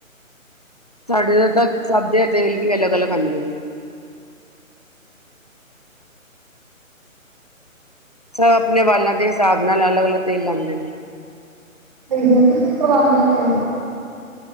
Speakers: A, on the left; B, on the right.
A: ਸਾਡੇ ਤਾਂ ਤਾਂ ਸਦੇ ਤੇਲ ਵੀ ਅਲੱਗ ਅਲੱਗ ਆਉਂਦੇ ਨੇ ਸਭ ਆਪਣੇ ਵਾਲਾਂ ਦੇ ਹਿਸਾਬ ਨਾਲ ਅਲੱਗ ਅਲੱਗ ਤੇਲ ਲਾਂਦੇ ਨੇ
B: ਦੇਖ ਤੁਸੀਂ ਕਰਵਾਉਂਦੇ ਹੋ ਫਰ